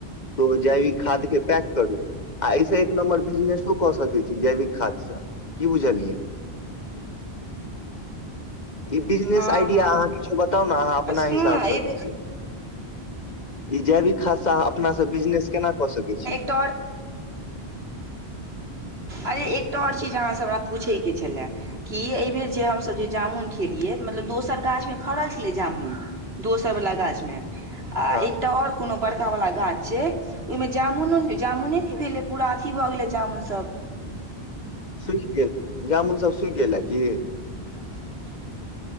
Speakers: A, on the left (about 45°); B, on the right (about 75°).
A: ओ जैविक खाद के पैक करूं आय से एक नम्बर बिजनेसो कऽ सकै छी, जैविक खादसँ की बुझलियै ई बिजनेस
B: हँ
A: आइडिया
B: हँ
A: अहाँ किछ बताउ न अहाँ अपना
B: आ सुनू
A: हिसाबसँ
B: ने एहि बेर
A: की ई जैविक खाद सॅं आहाँ अपना सँ बिजनेस केना कऽ सकै छी
B: र्ट
A: <inaudible>
B: अरे एकटा और चीज अहाँ सॅं हमरा पूछै के छैलै कि एबेर जे हमसभ जे जामुन खेलियै मतलब दोसर गाछ में फड़ल छलै जामुन दोसर वला गाछ में आ
A: हँ
B: एकटा और कोनो बर पकावला गाछ छै ओहिमे जामुनो ने जामुने नै भेलै पूरा अथी भऽ गेलै जामुनसब
A: सुइख गेल जामुन सब सुइख गेल रहै कि
B: <inaudible>